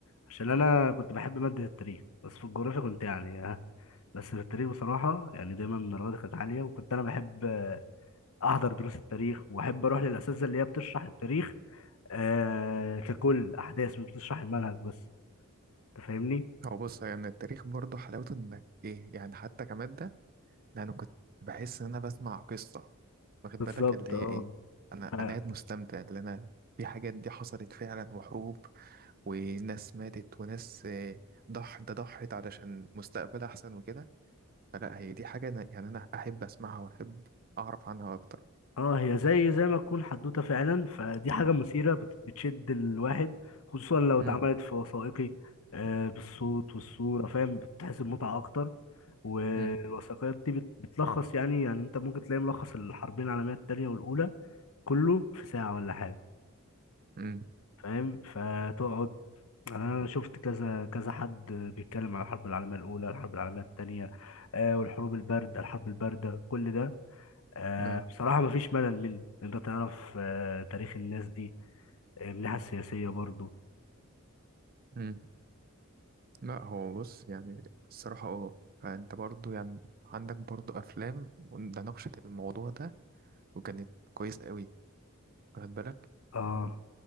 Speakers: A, on the left (about 75°); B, on the right (about 45°).
A: عشان انا كنت بحب ماده التاريخ بس في الجغرافيا كنت يعني ها بس في التاريخ بصراحه يعني دايما درجاتي كانت عاليه وكنت انا بحب آه، احضر دروس التاريخ واحب اروح للاساتذه اللي هي بتشرح التاريخ آه ككل احداث مش بتشرح المنهج بس انت فاهمني
B: هو بص يعني التاريخ برضه حلاوته انك ايه يعني حتى كمادة ده انا كنت بحس ان انا بسمع قصة واخد
A: بالظبط
B: بالك اللي هي
A: اه
B: ايه انا
A: ف...
B: انا قاعد مستمتع اللي انا في حاجات دي حصلت فعلا وحروب وناس ماتت وناس آه، ضح ده ضحت علشان مستقبل أحسن وكده فلا هي دي حاجة أنا يعني أنا أحب أسمعها وأحب أعرف عنها أكتر
A: اه هي زي زي ما تكون حدوته فعلا فدي حاجه مثيره بت... بتشد الواحد خصوصا لو اتعملت
B: امم
A: في وثائقي آه بالصوت والصوره فاهم بتحس بمتعه اكتر والوثائقيات
B: امم
A: دي بت... بتلخص يعني يعني انت ممكن تلاقي ملخص الحربين العالميه الثانيه والاولى كله في ساعه ولا حاجه
B: امم
A: فاهم فتقعد يعني انا شفت كذا كذا حد بيتكلم على الحرب العالميه الاولى الحرب العالميه الثانيه آه والحروب البارد الحرب البارده كل ده آه
B: اه
A: بصراحه مفيش ملل منه انت تعرف آه تاريخ الناس دي آه، من الناحيه السياسيه برضو
B: امم لا هو بص يعني الصراحة اه أنت برضو يعني عندك برضو أفلام ده ناقشت الموضوع ده وكانت كويس قوي واخد بالك
A: اه
B: م-